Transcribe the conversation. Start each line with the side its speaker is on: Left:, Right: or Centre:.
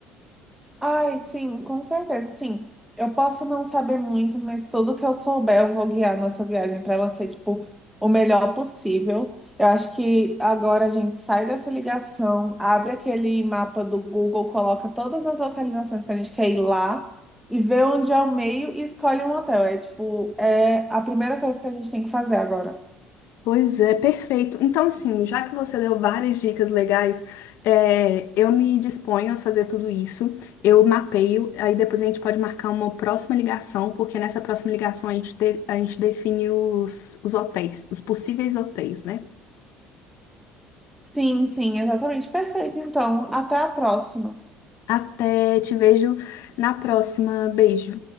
Centre: Ai, sim, com certeza. Sim, eu posso não saber muito, mas tudo que eu souber, eu vou guiar a nossa viagem para ela ser, tipo, o melhor possível. Eu acho que agora a gente sai dessa ligação, abre aquele mapa do Google, coloca todas as localizações que a gente quer ir lá e vê onde é o meio e escolhe um hotel. É, tipo, é a primeira coisa que a gente tem que fazer agora.
Left: Pois é, perfeito. Então, assim, já que você deu várias dicas legais, é, eu me disponho a fazer tudo isso. Eu mapeio, aí depois a gente pode marcar uma próxima ligação, porque nessa próxima ligação a gente, te- a gente define os, os hotéis, os possíveis hotéis, né?
Centre: Sim, sim, exatamente. Perfeito. Então, até a próxima.
Left: Até te vejo na próxima. Beijo.